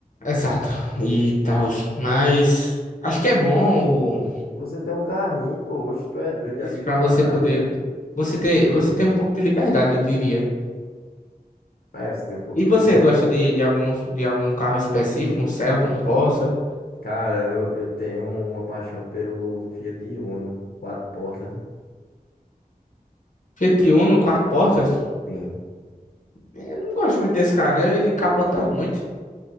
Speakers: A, on the left; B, on the left.
A: Exato, e tal. Mas acho que é bom o-
B: Você tem um carrinho, pô, hoje tu é doido de
A: isso
B: habilitado
A: para você poder
B: ainda?
A: você ter você ter um pouco de liberdade, eu diria.
B: É, você tem um pouco
A: E
B: de
A: você
B: liberdade.
A: gosta de, de algum de algum carro específico, um Celta, um Corsa,
B: Cara, eu, eu tenho uma paixão pelo Fiat Uno, quatro portas, né?
A: Fiat Uno, quatro portas?
B: Sim.
A: Eu não gosto muito desse carro, né? Ele capota muito.